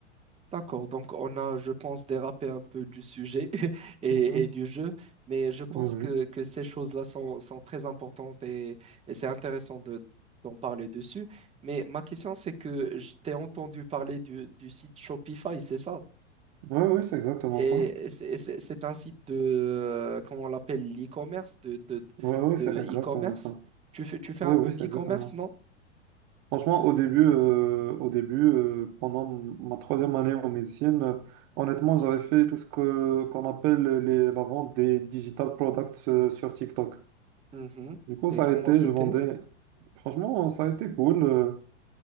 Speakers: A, on the right (about 15°); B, on the right (about 40°).
A: D'accord, donc on a, je pense, dérapé un peu du sujet <laughs> et,
B: Mhm.
A: et du jeu, mais je pense
B: Oui, oui.
A: que, que ces choses-là sont, sont très importantes et, et c'est intéressant de, d'en parler dessus. Mais ma question, c'est que je t'ai entendu parler du, du site Shopify, c'est ça?
B: Oui, oui, c'est exactement
A: Et
B: ça.
A: c'est c'est- c'est un site de, euh, comment on l'appelle, l'e-commerce, de, de,
B: Oui, oui,
A: de
B: c'est exactement
A: e-commerce.
B: ça.
A: Tu fais, tu fais
B: Oui,
A: un peu
B: oui, c'est
A: d'e-commerce,
B: exactement ça.
A: non?
B: Franchement, au début, euh, au début euh, pendant ma troisième année en médecine, euh, honnêtement, j'avais fait tout ce que, qu'on appelle les, la vente des digital products euh, sur TikTok.
A: Mhm.
B: Du coup,
A: Et
B: ça
A: comment
B: a été,
A: c'était?
B: je vendais. Franchement, ça a été cool. euh,